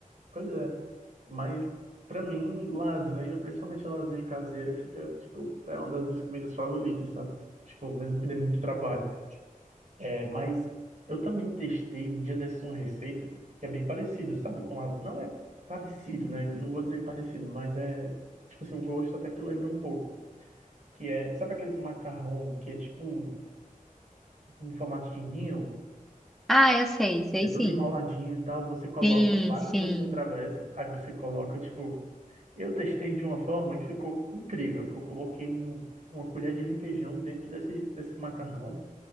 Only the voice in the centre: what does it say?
Ah, eu sei, sei
sim.
Sim,
sim,